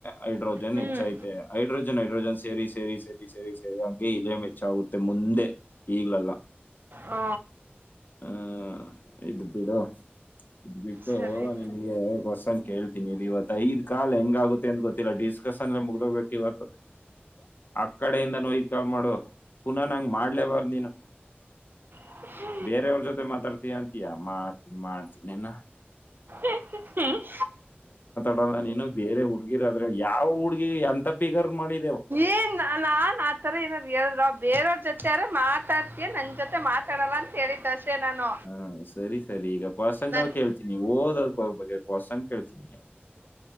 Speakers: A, on the left; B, on the right.
A: ಹೈಡ್ರೋಜನ್
B: ಹ್ಮ್
A: ಹೆಚ್ಚಐತೆ ಹೈಡ್ರೋಜನ್ ಹೈಡ್ರೋಜನ್ ಸೇರಿ ಸೇರಿ ಸರಿ ಸರಿ ಸರಿ ಹಂಗೆ ಇಲ್ಲೇ ಮೆ ಹೆಚ್ಚಾಗುತ್ತೆ ಮುಂದೆ ಈಗ್ಲಲ್ಲ
B: ಹ
A: ಹ ಇದು ಬಿಡ ಇದ್ ಬಿಟ್ಟು
B: ಸರಿ
A: ನನ್ಗೆ ವಸನ್ ಕೇಳ್ತೀನಿ ಇಲ್ಲಿ ಇವತ್ತು ಐದ್ ಕಾಲ್ ಹೆಂಗ ಆಗುತ್ತೆ ಅಂತ ಗೊತ್ತಿಲ್ಲ ಡಿಸ್ಕಸನ್ ಮುಗ್ದೋಗ್ಬೇಕು ಇವತ್ತು ಆ ಕಡೆಯಿಂದ ನೋಯತ್ ಕಾಲ್ ಮಾಡು ಪುನಃ ನಂಗ ಮಾಡ್ಲೇಬಾರ್ದ ನೀನು
B: <inaudible>
A: ಬೇರೆಯವ್ರ ಜೊತೆ ಮಾತಾಡ್ತಿ ಅಂತಯಾ ಮಾಡ್ತಿ ಮಾಡ್ತನನಾ
B: ಹ್ಮ್
A: ಡಲ್ಲ ನೀನು ಬೇರೆ ಹುಡ್ಗಿರ ಆದ್ರೆ ಯಾವ ಹುಡ್ಗಿ ಎಂತ ಪಿಗರ್ ಮಾಡಿ
B: ಏನ್ ನಾನ್ ಆತರ ಏನಾದ್ ಹೇಳಿರಾ ಬೇರವ್ರ ಜೊತೆ ಯಾರ ಮಾತಾಡ್ತೀಯಾ ನನ್ ಜೊತೆ ಮಾತಾಡಲ್ಲ ಅಂತ ಹೇಳಿದ ಅಸ ಸ್ಟೇ ನಾನು
A: ಹಾ ಸರಿ ಸರಿ ಈಗ ಕೊಷನಗಳ
B: ನನ್
A: ಕೇಳ್ತೀಿನಿ ಓದೋದ ಹೋಗಬೇಕ ಕೋಶನ್ ಕೇಳ್ತೀನಿ ಹೇಳ